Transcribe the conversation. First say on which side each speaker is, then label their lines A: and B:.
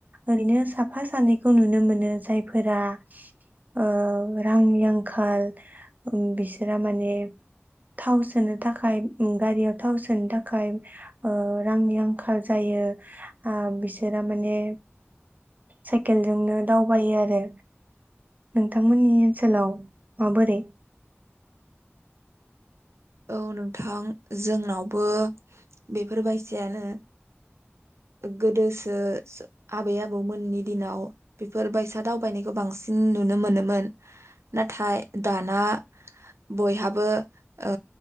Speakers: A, on the right (about 40°); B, on the right (about 80°).
A: ओरैनो साफा सानैखौ नुनो मोनो जायफोरा ओ रांनि आंखाल बिसोरा माने। थाव सोनो थाखाय गारियाव थाव सोनो थाखाय ओ रांनि आंखाल जायो ओ बिसोरा माने साइकेलजोंनो दावबायो आरो नोंथांमोननि ओनसोलाव माबोरै।
B: औ नोंथां जोंनावबो बेफोरबायायसायानो गोदोसो आबै आबौमोननि दिनाव बेफोर बायसा दावबायनायखौ बांसिन नुनो मोनोमोन नाथाय दाना बयहाबो। ओ